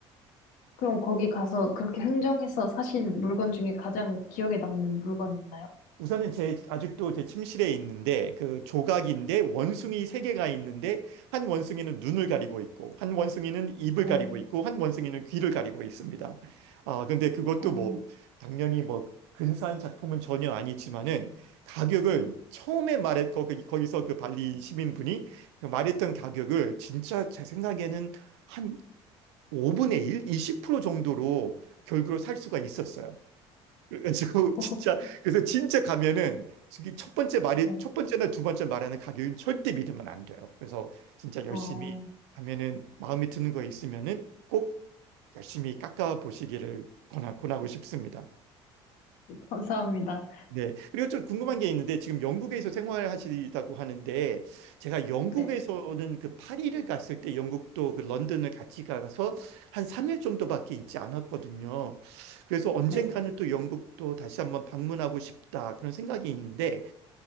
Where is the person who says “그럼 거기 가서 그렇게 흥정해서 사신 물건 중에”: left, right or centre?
Left